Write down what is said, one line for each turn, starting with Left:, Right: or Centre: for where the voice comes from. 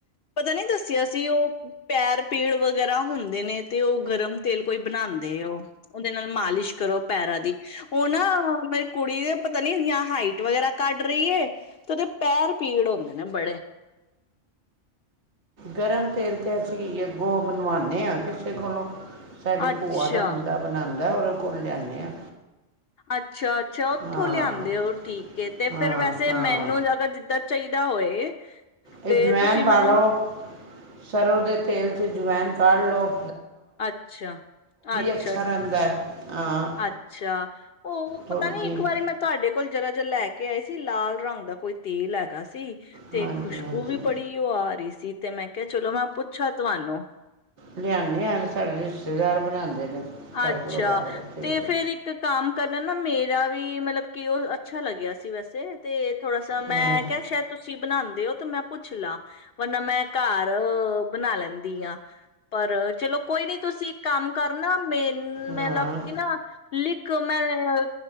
Left: ਪਤਾ ਨੀ, ਦੱਸਿਆ ਸੀ ਉਹ ਪੈਰ ਪੀੜ ਵਗੈਰਾ ਹੁੰਦੇ ਨੇ, ਤੇ ਉਹ ਗਰਮ ਤੇਲ ਕੋਈ ਬਣਾਉਂਦੇ, ਉਹ ਉਹਦੇ ਨਾਲ ਮਾਲਿਸ਼ ਕਰੋ ਪੈਰਾਂ ਦੀ ਉਹ ਨਾ ਮੇਰੀ ਕੁੜੀ ਦੇ ਪਤਾ ਨੀਆਂ ਹਾਈਟ ਵਗੈਰਾ ਕੱਢ ਰਹੀ ਹੈ, ਤੇ ਉਹਦੇ ਪੈਰ ਪੀੜ ਹੁੰਦੇ ਨੇ ਬੜੇ।
Right: ਗਰਮ ਤੇਲ ਤੇ ਅਸੀਂ ਗੋ ਬਣਵਾਨੇ ਹਾਂ ਕਿਸੇ ਕੋਲੋਂ। ਸਾਡੀ
Left: ਅੱਛਾ
Right: ਭੂਆ ਦਾ ਮੁੰਡਾ ਬਣਾਨਂਦਾ। ਉਹਦੇ ਕੋਲ ਲਿਆਦੇ ਹਾਂ।
Left: ਅੱਛਾ। ਅੱਛਾ, ਉੱਥੋਂ
Right: ਹਾਂ
Left: ਲਿਆਦੇ ਉਹ ਠੀਕ ਹੈ ਤੇ
Right: ਹਾਂ
Left: ਫੇਿਰ ਵੈਸੇ
Right: ਹਾਂ
Left: ਮੈਨੂੰ ਅਗਰ ਜਿੱਦਾਂ ਚਾਹੀਦਾ ਹੋਏ
Right: ਇਹ
Left: ਤੇ
Right: ਜਵਇਨ
Left: ਤੁਸੀਂ
Right: ਪਾਾਲ
Left: ਮੈਨੂੰ
Right: ਲਓ, ਸਰ੍ਹੋਂ ਦੇ ਤੇਲ 'ਚ ਜਵਾਵਇਨ ਕੜ੍ਹ ਲੋ।
Left: ਅੱਛਾ-ਅੱਛਾ-ਅੱਛਾ
Right: ਅੱਛਾ ਰਹਿੰਦਾ ਹੈ ਹਾਂ
Left: ਉਹ
Right: ਥੋੜ੍ਹੀ
Left: ਪਤਾ ਨੀ
Right: ਜਿਹੀ
Left: ਇੱਕ ਵਾਰੀ ਮੈਂ ਤੁਹਾਡੇ ਕਲ ਜਰਾ ਜ ਲੈ ਕੇ ਆਈ ਸੀ ਲਾਲ ਰੰਗ ਦਾ ਕੋਈ ਤੇਲ ਹੈਗਾ ਸੀ। ਤੇ
Right: ਹਾਂਜੀ
Left: ਖੁਸ਼ਬੂ
Right: ਹਾਂਜੀ
Left: ਵੀ ਬੜੀ ਉਹ ਆ ਰਹੀ ਸੀ। ਤੇ ਮੈਂ ਕਿਹਾ, ਚਲੋ ਮੈਂ ਪੁੱਛਾਂ ਤੁਹਾਨੂੰ?
Right: ਲਿਆਣੇ ਆ, ਸਾਡੇ ਰਿਸ਼ਤੇਦਾਰ ਬਣਾਉਂਦੇ ਨੇ। ਦਰਦ
Left: ਅੱਛਾ,
Right: ਵਗੈਰਾ ਦਾ ਤੇਲ
Left: ਤੇ ਫੇਰ ਇੱਕ ਕੰਮ ਕਰਨਾ ਨਾ ਮੇਰਾ ਵੀ ਮਤਲਬ ਕਿ ਉਹ ਅੱਛਾ ਲੱਗਿਆ ਸੀ ਵੈਸੇ ਤੇ ਥੋੜਾ ਸ ਮੈਂ
Right: ਹਾਂ
Left: ਕਿਹਾ ਸ਼ਾਇਦ ਤੁਸੀਂ ਬਣਾਉਂਦੇ ਹੋ, ਤੇ ਮੈਂ ਪੁੱਛ ਲਾ। ਵਰਨਾ ਮੈਂ ਘਰ ਬਣਾ ਲੈਂਦੀ ਆ। ਪਰ ਚਲੋ, ਕੋਈ ਨਹੀਂ ਤੁਸੀਂ ਇਕ ਕੰਮ ਕਰਨਾ ਮੈਨੂੰ ਮੈਂ
Right: ਹਾਂ
Left: ਮਤਲਬ ਕੇ ਨਾ <unintelligible> ਮੈਂ